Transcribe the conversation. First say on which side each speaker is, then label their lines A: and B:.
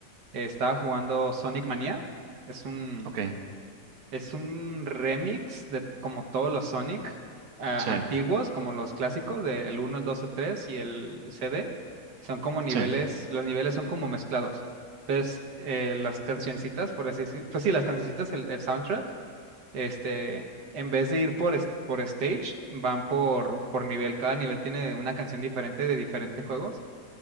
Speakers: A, on the right; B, on the right.
A: eh, estaba jugando Sonic Mania. Es un
B: Ok,
A: Es un remix de como todos los Sonic ah,
B: sí,
A: antiguos, como los clásicos, del uno el 2 el 3 y el CD. Son como niveles,
B: sí.
A: los niveles son como mezclados. Entonces, eh, las cancioncitas, por así decir, pues sí, las cancioncitas, el, el soundtrack, este, en vez de ir por, es- por stage, van por, por nivel. Cada nivel tiene una canción diferente de diferentes juegos.